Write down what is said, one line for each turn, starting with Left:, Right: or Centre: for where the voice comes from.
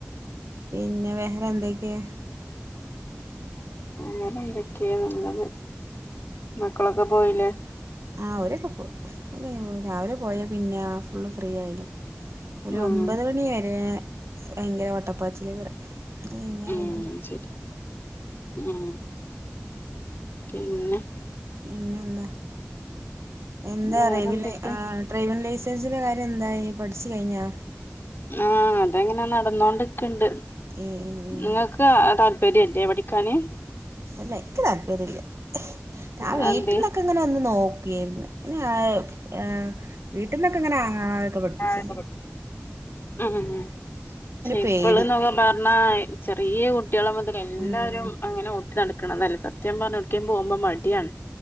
Right: പിന്നെ വേറെ എന്തൊക്കെയാ
Left: വേറെന്തൊക്കെയ നല്ലത് മക്കളൊക്കെ പോയില്ലേ
Right: ആ അവരൊക്കെ പോയി അ രാവിലെ പോയാ പിന്നെ ഫുള്ള് ഫ്രീ ആയില്ലേ ഒരു
Left: ഉം
Right: ഒമ്പത് മണി വരെ ഭയങ്കര ഓട്ടപ്പാച്ചിലാക്കാരം അത് കഴിഞാ
Left: ഉം
Right: പിന്നെ
Left: ശരി ഉം പിന്നെ
Right: പിന്നെ എന്താ എന്താറിയോ
Left: വേറെന്തൊക്കെയാ
Right: വിലെ ഡ്രൈവിങ്ങ് ലൈസ ൻസിന്റെ കാര്യം ന്തായി പഠിച്ച് കഴിഞ്ഞോ
Left: ആ അതെങ്ങനെ നടന്നോണ്ട്ക്ക്ണ്ട്
Right: ഏഹ്
Left: ഇങ്ങക്ക് താല്പര്യല്ലേ പഠി ക്കാന്
Right: അല്ല എനിക്ക് താല്പര്യല്ല ഞാൻ
Left: അതെന്തേ
Right: വീട്ടിൽന്നൊക്കെ ഇങ്ങനെ ഒന്ന് നോക്കിന്ന് പിന്നെ അഅ് ആഏർ വീട്ടിൽന്നൊക്കെ ഇങ്ങനെ ആങ്ങണതൊക്കെ പഠിപ്പിച്ചി
Left: ആഹ് ഉം ചെഇപ്പള
Right: പേടി
Left: പന്ന് പറഞ്ഞാ ചെറിയ കുട്ടികളെ മുതൽ എല്ലാരും
Right: ഉം
Left: അങ്ങനെ നടക്കണതല്ല സത്യം പടക്കേ പോകുമ്പോ മടിയാണ്